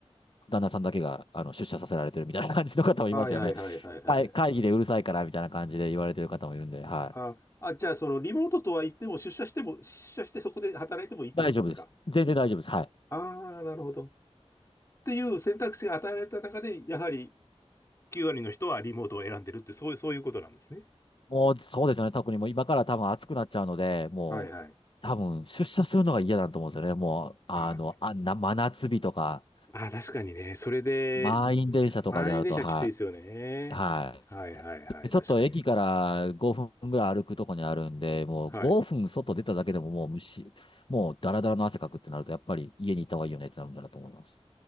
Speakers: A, on the left; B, on the left.
A: 旦那さんだけが、あの、出社させられてるみたいな感じの方もいますよね。
B: あ、はいはいはいはいはい。
A: 会会議でうるさいからみたいな感じで言われてる方もいるんで、はい。
B: ああ、じゃあ、そのリモートとは言っても、出社しても、出社してそこで働いてもいいってことですか。
A: 大丈夫です。全然大丈夫です。はい。
B: ああ、なるほど。っていう選択肢が与えられた中で、やはり9割の人はリモートを選んでるって、そういう、そういうことなんですね。
A: もう、そうですよね。特にもう今から多分暑くなっちゃうので、もう、
B: はいはい。
A: 多分出社するのが嫌だと思うんですよね。もう、あの、
B: あ
A: あんな真夏日とか、
B: ああ、確かにね。それで、
A: 満員電車とかでなると、
B: 満員電車きついですよね。
A: はい。はい。
B: はいはいはい。
A: でちょっと駅から5分ぐらい歩くとこにあるんで、
B: 確かに。
A: もう5分外出ただけでももう虫、
B: はい。
A: もうダラダラの汗かくってなると、やっぱり家に行った方がいいよねってなるんだなと思います。